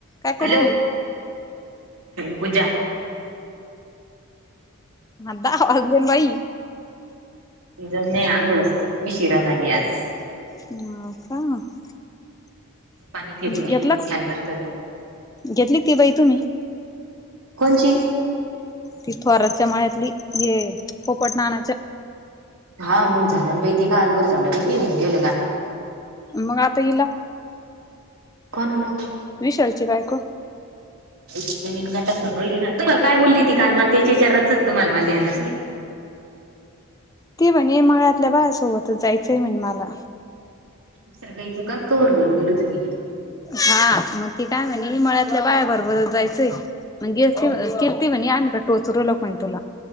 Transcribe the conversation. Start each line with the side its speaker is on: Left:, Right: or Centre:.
Left: काय
Right: हॅलो
Left: करू <unintelligible>
Right: पूजा
Left: आ दहा वाजले न बाई.
Right: नाही आंघोळच ऊशिरा झाली आज.
Left: <unintelligible>
Right: पाणी फेकून
Left: घेतलाच
Right: ये फॅन बंद कर बरं.
Left: घेतली ती बाई तुम्ही.
Right: जी
Left: ती थोरातच्या माळ्यातली ये पोपट नाण्याच्या.
Right: हा मग झालं बाहिती का अलबर झाल बाहिती ये होऊन गेल का.
Left: मग आता हिला.
Right: कोणाला?
Left: विशालची बायको.
Right: जमीन घटात म्हणली ना तुम्हाला काय बोलली ती काल मल त्याच्या विचारच तुम्हाला माला देनस नाही.
Left: ते म्हणे माळ्यातल्या बाहेसोबतच जायचंय म्हणे मला.
Right: दुसरं काहीच का कवर बी बोलत तिने मी.
Left: हा मग ती काय म्हणे मळ्यातल्या बायाबरोबर जायचंय. मग गे
Right: ती
Left: किर्ती म्हणे आम्ही का टोचर लक म्हणे तुला.